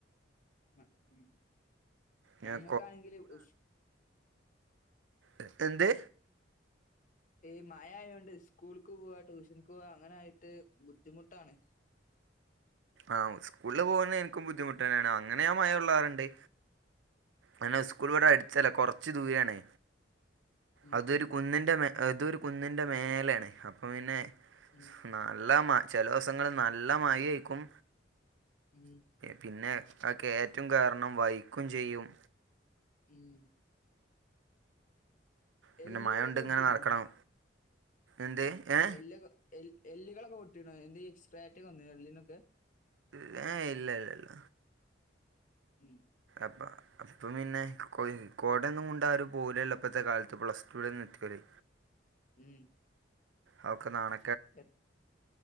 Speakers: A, on the left (about 45°); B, on the right (about 80°).
A: മ ഉം
B: ഞാൻ
A: ഞങ്ങക്കാണെങ്കില് ഉശ്
B: എ എന്ത്
A: ഈ മഴ ആയോണ്ട് സ്കൂൾക്ക് പോവാ ട്യൂഷനിക്ക് പോവാ അങ്ങനെ ആയിട്ട് ബുദ്ധിമുട്ടാണ്
B: ആഹ് സ്കൂളിൽ പോകുന്ന എനിക്കും ബുദ്ധിമുട്ട് തന്നെയാണ് അങ്ങനെയാ മഴ ഉള്ള <unintelligible> അങ്ങനെ
A: ഉം
B: സ്കൂൾ ഇവിടെ അടിച്ചല്ല കുറച്ചു ദൂരണേ
A: ഉം
B: അതൊരു കുന്നിൻ്റെ മേ ഇതൊരു കുന്നിൻ്റെ മേലാണ് അപ്പം പിന്നെ
A: ഉം
B: നല്ല മ ചിലിവസങ്ങളിൽ നല്ല മയഅയിരിക്കും.
A: ഉം
B: പിന്നെ ആ കയറ്റവും കാരണം വൈക്കും ചെയ്യും.
A: ഉം
B: പിന്നെ
A: എല്ല്കളൊക്കെ
B: മഴ കൊണ്ട്
A: പൊട്ടീനോ
B: ഇങ്ങനെ നടക്കണം എന്ത് ഏ
A: എല്ലക എല്ല് എല്ലുകളൊക്കെ പൊട്ടി എക്സ്ട്രാറ്റ്ഒക്കെവന്നു എല്ലിനൊക്കെ
B: ല ഇല്ല ഇല്ല ഇല്ല
A: ഉം
B: പാവം ഇപ്പം പിന്നെ കോടൊന്നും കൊണ്ട് ആ ഒരു പോലല്ല ഇപ്പോഴത്തെ കാലത്ത് പ്ലസ് ടുവിടെന്ന് എത്തില്ലേ
A: ഉം
B: അവക്കെ നാണണം
A: എ